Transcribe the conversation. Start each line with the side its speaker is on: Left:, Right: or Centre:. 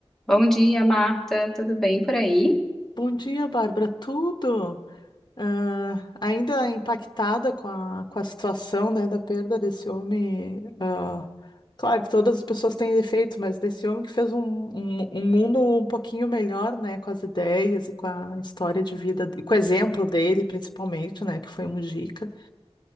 Centre: Bom dia, Marta. Tudo bem por aí?
Left: Bom dia, Bárbara. Tudo? Ah, ainda impactada com a, com a situação, né, da perda desse homem. ah, claro que todas as pessoas têm defeitos, mas desse homem que fez um, um, um mundo um pouquinho melhor, né, com as ideias e com a história de vida, e com o exemplo dele, principalmente, né, que foi um Mujica.